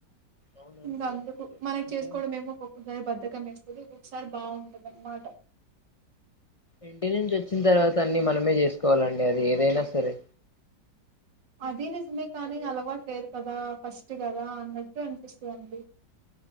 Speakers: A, on the left (about 60°); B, on the right (about 65°).
A: అవునండి
B: ఇంకా అందుకు
A: అందుకే
B: మనకి
A: అంటే
B: చేసుకోవడం ఏమో ఒక్కసారి బద్దకం వేస్తది ఒకసారి బాగుంటుందన్నమాట
A: ఇంటి నుంచి వచ్చిన తర్వాత అన్ని మనమే చేసుకోవాలండి అది ఏదైనా సరే
B: అది నిజమే కానీ అలవాట్లేదు కదా ఫస్ట్ కదా అన్నట్టు అనిపిస్తుందండి